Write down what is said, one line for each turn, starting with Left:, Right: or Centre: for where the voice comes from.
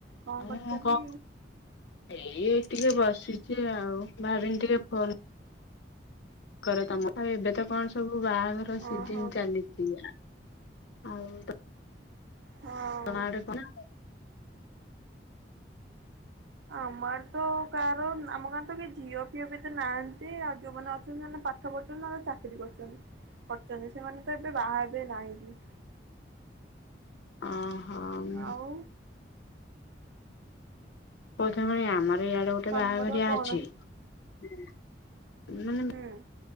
Right: କଣ
Left: <unintelligible>
Right: କରୁଛ କି?
Left: ଏଇ ଟିକେ ବସିଛି ଆଉ ଭାବିନି ଟିକେ ଫୋନ କର ତମ ଏବେ ତ କଣ ସବୁ ବାହାଘର ସିଜିନ
Right: ଓହୋ
Left: ଚାଲିଛି ଆଉ
Right: ହଁ।
Left: <unintelligible>
Right: ଆମ ଆଡେ ତ କାହାର ଆମ ଗାଁରେ ତ କିଏ ଝିଅ ଫିଅ ବି ଏତେ ନାହାନ୍ତି ଆଉ ଯୋଉମାନେ ଅଛନ୍ତି ସେମାନେ ପାଠ ପାଠ ପଢୁଛନ୍ତି ନ ହେଲେ ଚାକିରି କରୁଛନ୍ତି ସେମାନେ ତ ଏବେ ବାହା ହେବେ ନାଇ ବି।
Left: ଅହ ହୁଁ।
Right: ଆଉ
Left: <unintelligible> ଆମର ଇଆଡେ ଗୋଟେ
Right: ତମର
Left: ବାହାଘରିଆ
Right: କଣ
Left: ଅଛି। <unintelligible>
Right: ହୁଁ